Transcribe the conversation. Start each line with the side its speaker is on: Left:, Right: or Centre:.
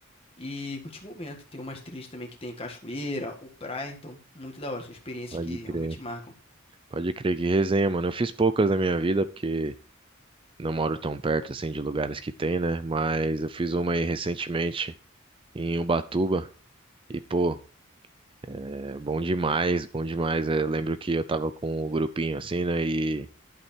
Left: e curtir o momento. Tem umas trilhas também que tem cachoeira ou praia, então muito da hora. São experiências
Right: pode
Left: que
Right: crer.
Left: realmente marcam.
Right: Pode crer que resenha, mano. Eu fiz poucas na minha vida porque Não moro tão perto assim de lugares que tem, né? Mas eu fiz uma aí recentemente em Ubatuba e pô, é bom demais, bom demais. Eu lembro que eu tava com um grupinho assim, né? E